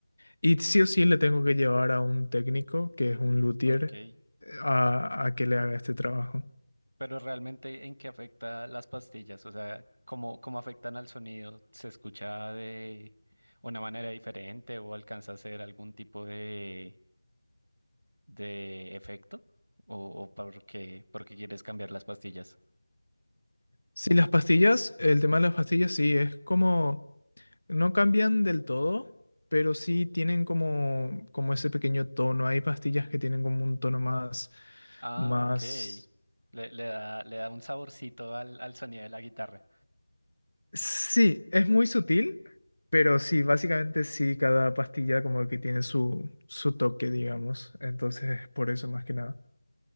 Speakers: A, on the left; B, on the right.
A: y sí o sí le tengo que llevar a un técnico, que es un luthier,
B: ok.
A: eh, a, a que le haga este trabajo.
B: Pero realmente, ¿en qué afecta las pastillas? O sea, ¿cómo, cómo afectan al sonido? ¿Se escucha de una manera diferente o alcanza a hacer algún tipo de, de efecto? ¿O, o por qué, por qué quieres cambiar las pastillas?
A: Sí, las pastillas, el tema de las pastillas sí, es como... No cambian del todo, pero sí tienen como, como ese pequeño tono. Hay pastillas que tienen como un tono más,
B: Ah,
A: más...
B: ok. Le, le da, le da un saborcito al, al sonido de la guitarra.
A: Sí, es muy sutil, pero sí, básicamente sí, cada pastilla como que tiene su, su toque, digamos. Entonces, por eso más que nada.